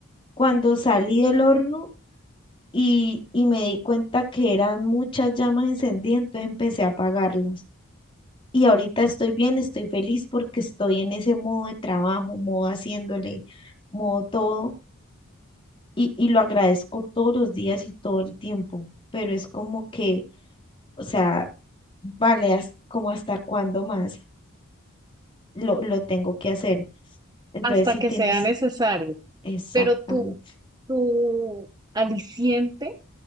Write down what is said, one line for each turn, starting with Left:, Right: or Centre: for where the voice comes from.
Left: Cuando salí del horno y, y me di cuenta que eran muchas llamas encendidas, entonces empecé a apagarlas. Y ahorita estoy bien, estoy feliz porque estoy en ese modo de trabajo, modo haciéndole, modo todo, y, y lo agradezco todos los días y todo el tiempo, pero es como que, o sea, vale, ¿hasta- como hasta cuándo más? lo, lo tengo que hacer. Entonces,
Right: hasta
Left: sí
Right: que
Left: tienes
Right: sea necesario.
Left: exactamente,
Right: Pero tu, tu aliciente